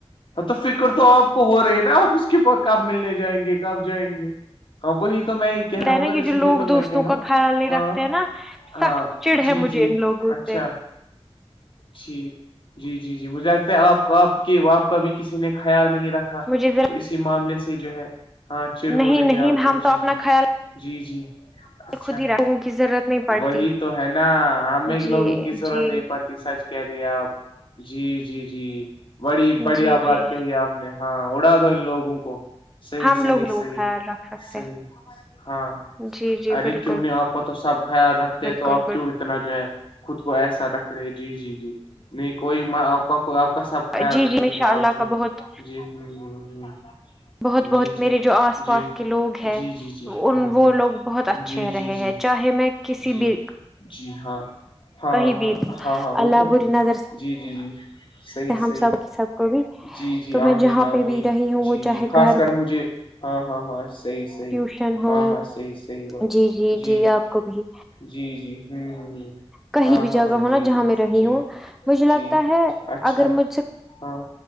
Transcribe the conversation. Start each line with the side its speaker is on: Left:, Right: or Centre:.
Left: تو فکر تو آپ کو ہو رہی ہے نا آپ اس کے کام ملنے جائیں گے کب جائیں گے ہاں وہی تو میں ہی کہہ رہا
Centre: ہے
Left: ہوں
Centre: یہ
Left: نا
Centre: جو
Left: اسی لیے
Centre: لوگ
Left: تو
Centre: دوستوں
Left: میں کہہ رہا
Centre: کا
Left: ہوں
Centre: خیال نہیں
Left: ہاں
Centre: رکھتے ہیں نا
Left: ہاں
Centre: سخت چڑ
Left: جی
Centre: ہے مجھے
Left: جی
Centre: ان لوگوں
Left: اچھا
Centre: سے
Left: ٹھیک جی جی جی مجھے لگتا ہے آپ آپ کے آپ کا بھی کسی نے خیال نہیں رکھا
Centre: مجھے ذرا
Left: تو اسی معاملے سے جو ہے ہاں چڑ ہو
Centre: نہیں
Left: رہی
Centre: نہیں
Left: ہے آپ کو
Centre: ہم تو
Left: جی
Centre: اپنا
Left: جی
Centre: خیال
Left: جی جی اچھا
Centre: خود ہی رکھوں کی ضرورت نہیں پڑتی
Left: وہی تو ہے نا ہمیں
Centre: جی
Left: لوگوں کی ضرورت
Centre: جی
Left: نہیں پڑتی سچ کہہ رہے ہیں آپ جی جی جی بڑی بڑیا
Centre: جی
Left: بات
Centre: جی
Left: کہی آپ نے ہاں اڑا دو ان لوگوں کو صی
Centre: ہم
Left: صی
Centre: لوگ لوگ خیال رکھ سکتے
Left: صیی ہاں
Centre: ہیں جی جی
Left: ار
Centre: بالکل
Left: آپ کا تو سب خیال رکھ
Centre: بالکل
Left: تو آپ
Centre: بال
Left: کیوں اتنا جو ہے خود کو ایسا رکھ رہے ہیں جی جی جی نہیں کوئی آپ کا کو آپ کا سب خیال
Centre: جی
Left: رکھیں
Centre: جی ان شاء
Left: گے
Centre: اللہ
Left: آپ جو
Centre: کا
Left: ہے
Centre: بہت
Left: جی ہ ہ ہ
Centre: بہت بہت
Left: جی جی
Centre: میرے جو آس
Left: جی
Centre: پاس کے لوگ ہیں
Left: جی جی جی
Centre: ان
Left: ہ ہ
Centre: وہ لوگ بہت اچھے
Left: جی
Centre: ہیں رہے
Left: جی جی
Centre: ہیں چاہے میں کسی
Left: جی
Centre: بھی
Left: جی ہاں ہاں
Centre: کہیں بھی
Left: ہاں ہاں وہ
Centre: اللہ
Left: تو
Centre: بری
Left: ہے ہی
Centre: نظر سے
Left: جی جی جی صحیح
Centre: ہم
Left: صحیح
Centre: سب سب کو بھی
Left: جی جی
Centre: تو میں
Left: آمین
Centre: جہاں پہ
Left: آمین
Centre: بھی رہی ہوں وہ
Left: جی
Centre: چاہے
Left: جی خاص
Centre: گھر ہو
Left: کر مجھے ہاں ہاں ہاں سحیح سحی
Centre: ٹیوشن ہو
Left: ہاں ہاں صحیح سحیح بات
Centre: جی جی
Left: ج
Centre: جی آپ کو بھی
Left: جی جی ہوں جی
Centre: کہیں
Left: ہاں
Centre: بھی
Left: ہاں
Centre: جگہ
Left: ہاں
Centre: ہو نا جہاں
Left: جی
Centre: میں رہی
Left: جی
Centre: ہوں مجھے لگتا
Left: جی
Centre: ہے
Left: اچھا
Centre: اگر مجھ سے
Left: ہاں